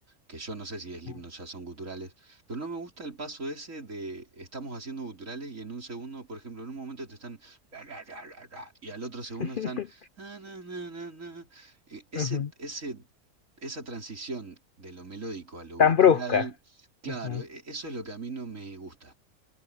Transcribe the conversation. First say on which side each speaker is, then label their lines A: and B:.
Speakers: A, on the right; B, on the left.
A: que yo no sé si Slipknot
B: ujú,
A: ya son guturales, pero no me gusta el paso ese de estamos haciendo guturales y en un segundo, por ejemplo, en un momento te están <laughs> y al otro segundo
B: <laughs>
A: están na, na, na, na, na. Y Ese,
B: ujú.
A: ese, esa transición de lo melódico a lo
B: Tan
A: gutural,
B: brusca.
A: claro,
B: Ujú.
A: e- eso es lo que a mí no me gusta.